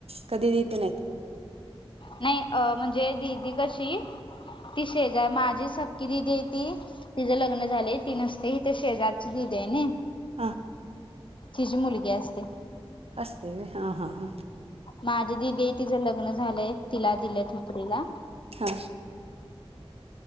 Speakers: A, on the right; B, on the left.
A: कधी देत नाहीत
B: नाही अ म्हणजे दीदी कशी ती शेजार माझी सपकी दिदी ती तिझं लग्न झालंय तीन अससते हिथ शेजारच दिद आहे
A: हा
B: हिचीी मुलगी असते
A: हस्ते व हा हां हा
B: माझी दिदी आहे तिचं लग्न झालंय तिला दिलेतुपरीला
A: हा